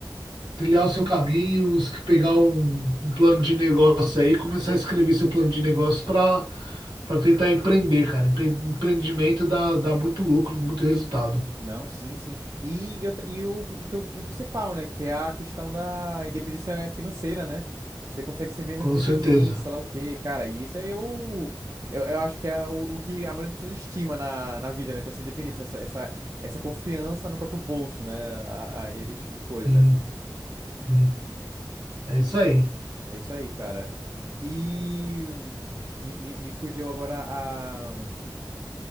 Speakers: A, on the right (about 75°); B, on the right (about 45°).
A: trilhar o seu caminho, es- pegar um, um plano de negócio aí, começar a escrever seu plano de negócio para para tentar empreender, cara. Empre- Empreendimento dá, dá muito lucro, muito resultado,
B: Não, sim, sim. E, eu, e o, que o, o principal, né? Que é a questão da independência financeira, né? Você consegue ser bem mais
A: com
B: independente,
A: certeza.
B: sei lá o quê, cara. E isso é o. Eu, eu acho que é o, o que a maioria das pessoas estima na, na vida, né? Ter essa independência, essa, essa, essa confiança no próprio bolso, né? A- a- esse tipo de coisa.
A: Sim, sim. É isso aí.
B: É isso aí, cara. E me, me, me fugiu agora a,